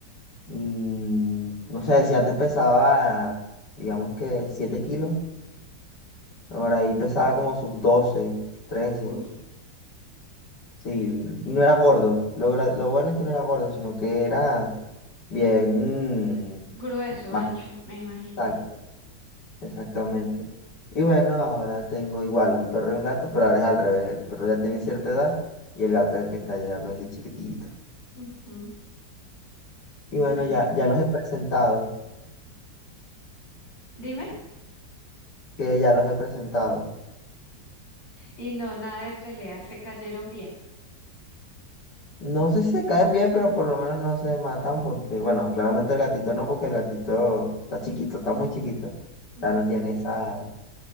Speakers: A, on the left (about 65°); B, on the left (about 85°).
A: mm, no sé, si antes pesaba, digamos que 7 kilos, ahora ahí pesaba como sus 12, trece,
B: uy,
A: sí, y no era gordo. Lo, gra- lo bueno es que no era gordo, sino que era bien, mm,
B: grueso,
A: más
B: ancho, me imagino.
A: exacto, exactamente. Y bueno, ahora tengo igual un perro y un gato, pero ahora es al revés, el perro ya tiene cierta edad y el gato es el que está llegando así chiquitito.
B: Ujú,
A: Y bueno,
B: vea.
A: ya, ya los he presentado,
B: Dime.
A: que ya los he presentado.
B: Y no, nada de pelea, se cayeron bien.
A: No sé si se caen bien, pero por lo menos no se matan porque, bueno, claramente el gatito no, porque el gatito está chiquito, está muy chiquito. O
B: Ujú,
A: sea, no tiene esa,